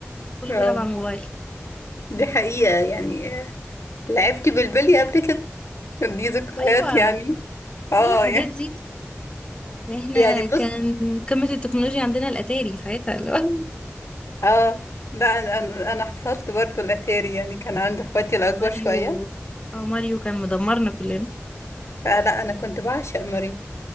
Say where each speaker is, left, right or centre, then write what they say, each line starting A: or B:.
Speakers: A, on the left; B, on the left.
A: كله
B: آه،
A: بيلعب على الموبايل
B: دي حقيقة يعني آه، لعبت بالبلي قبل كده دي ذكريات
A: أيوة
B: يعني اه
A: كل الحاجات
B: يعني
A: دي يعني احنا
B: <laughs> يعني بص
A: كان قمة التكنولوجيا عندنا الأتاري ساعتها <laughs>
B: اه لا انا انا أنا حصلت برضو الاتاري يعني كان عند اخواتي الاكبر
A: ماريو
B: شوية
A: اه ماريو كان مدمرنا كلنا
B: فلا انا كنت بعشق ماريو